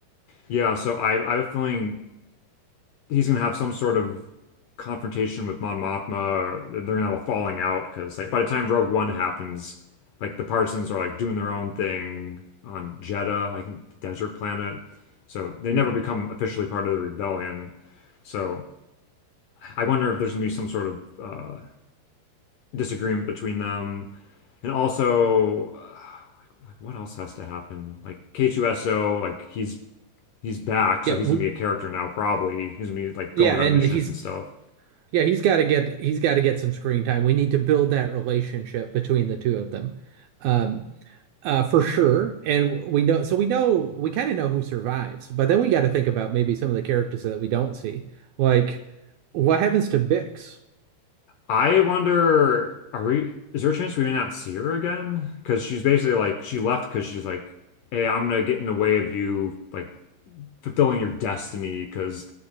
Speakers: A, on the left (about 75°); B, on the right (about 80°).
A: Yeah, so I I have a feeling he's gonna have some sort of confrontation with Mon Mothma, or they're gonna have a falling out because like by the time Rogue One happens, like the Partisans are like doing their own thing on Jedha, like the desert planet. So they
B: Mm.
A: never become officially part of the rebellion. So I wonder if there's gonna be some sort of uh, disagreement between them, and also uh, what else has to happen? Like K2SO, like he's he's back,
B: Yeah,
A: so he's
B: we,
A: gonna be a character now. Probably he's gonna be like
B: yeah,
A: going on
B: and
A: missions
B: he's
A: and stuff.
B: yeah he's got to get he's got to get some screen time. We need to build that relationship between the two of them. Um, Uh, for sure. And we know, so we know, we kind of know who survives, but then we got to think about maybe some of the characters that we don't see. Like, what happens to Bix?
A: I wonder, are we, is there a chance we may not see her again? Because she's basically like, she left because she's like, hey, I'm gonna get in the way of you, like, fulfilling your destiny. Because